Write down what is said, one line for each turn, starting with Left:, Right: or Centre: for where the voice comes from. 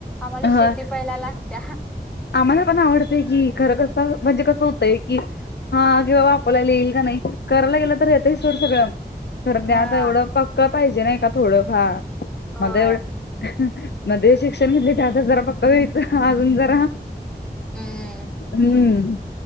Centre: आम्हाला
Left: ह
Centre: शेती पहीला लागत्या.
Left: आम्हाला पण आवडतंय कि. खरं कसं म्हणजे कसं होतंय की हा किंवा बापोल्याला येईल का नाही, करायला गेलं तर येत सोड सगळं. खरं त्यात
Centre: हा
Left: एवढं पक्क पाहिजे नाही का थोडं फार,
Centre: होय
Left: मध्ये एवढं मध्ये शिक्षण घेतले, ते आता जरा पक् होयच अजून जरा,
Centre: हम्म
Left: हम्म.